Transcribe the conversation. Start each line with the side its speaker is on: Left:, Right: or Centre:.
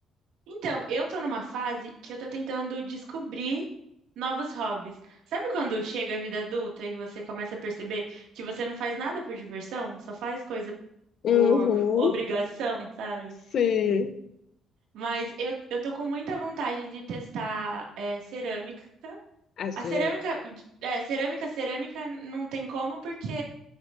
Right: Então, eu tô numa fase que eu tô tentando descobrir novos hobbies. Sabe quando chega a vida adulta e você começa a perceber que você não faz nada por diversão, só faz coisa
Left: Uhum,
Right: por obrigação, sabe?
Left: sim.
Right: Mas eu, eu tô com muita vontade de testar é, cerâmica.
Left: Assim,
Right: A cerâmica,
Left: eu
Right: é, cerâmica, cerâmica não tem como porque